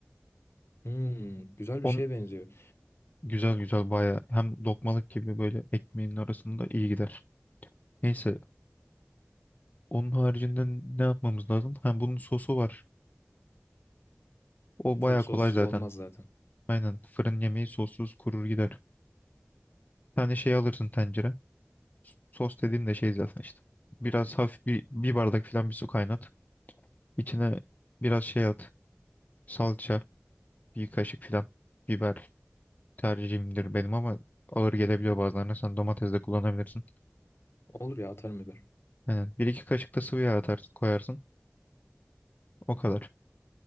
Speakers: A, on the left (about 65°); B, on the left (about 35°).
A: Hmm, güzel bir
B: On
A: şeye benziyor.
B: güzel güzel baya hem lokmalık gibi böyle ekmeğin arasında iyi gider. Neyse onun haricinde ne yapmamız lazım? Ha bunun sosu var. O
A: E tabii
B: baya
A: sossuz
B: kolay zaten.
A: olmaz zaten.
B: Aynen fırın yemeği sossuz kurur gider. Bir tane şey alırsın tencere. Sos dediğim de şey zaten işte. Biraz hafif bir, bir bardak falan bir su kaynat. İçine biraz şey at. Salça, bir kaşık falan biber. tercihimdir benim ama ağır gelebiliyor bazılarına. Sen domates de kullanabilirsin.
A: Olur ya atarım biber.
B: Aynen. Bir iki kaşık da sıvı yağ atarsın, koyarsın. O kadar.